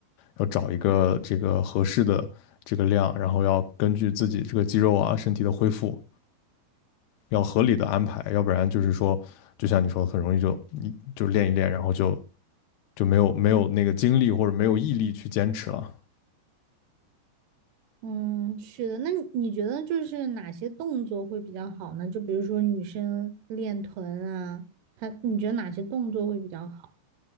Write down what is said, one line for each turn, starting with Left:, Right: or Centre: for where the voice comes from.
Left: 要找一个这个合适的这个量，然后要根据自己这个肌肉啊身体的恢复，要合理的安排，要不然就是说，就像你说的，很容易就你就练一练，然后就就没有没有那个精力或者没有毅力去坚持了。
Right: 嗯，是的。那你你觉得就是哪些动作会比较好呢？就比如说女生练臀啊，她你觉得哪些动作会比较好？